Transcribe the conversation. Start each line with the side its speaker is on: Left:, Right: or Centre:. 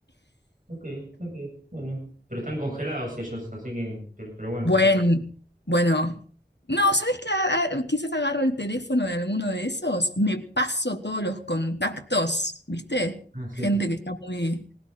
Right: Ok, ok, bueno. Pero están congelados ellos, así que, pero, pero bueno,
Left: Buen,
Right: pues.
Left: bueno, no, ¿sabes qué? Ah, Quizás agarro el teléfono de alguno de esos, me paso todos los contactos, ¿viste?
Right: Ah, sí.
Left: Gente que está muy,